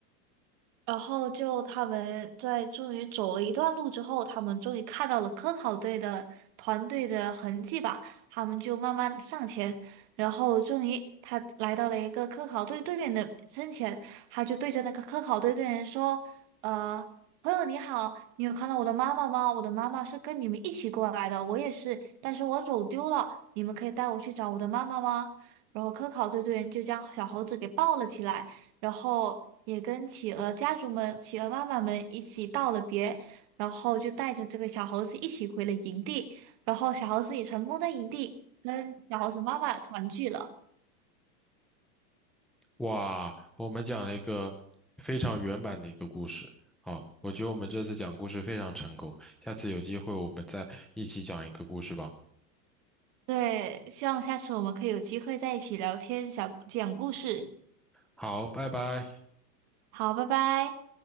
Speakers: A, on the right (about 40°); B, in the centre.
A: 然后就他们在终于走了一段路之后，他们终于看到了科考队的团队的痕迹吧，他们就慢慢上前，然后终于他来到了一个科考队队员的身前，他就对着那个科考队队员说：“呃，朋友你好，你有看到我的妈妈吗？我的妈妈是跟你们一起过来的，我也是，但是我走丢了，你们可以带我去找我的妈妈吗？”然后科考队队员就将小猴子给抱了起来。然后也跟企鹅家族们、企鹅妈妈们一起道了别，然后就带着这个小猴子一起回了营地，然后小猴子也成功在营地跟小猴子妈妈团聚了。
B: 哇，我们讲了一个非常圆满的一个故事。好，我觉得我们这次讲故事非常成功，下次有机会我们再一起讲一个故事吧。
A: 对，希望下次我们可以有机会在一起聊天，小讲故事。
B: 好，拜拜。
A: 好，拜拜。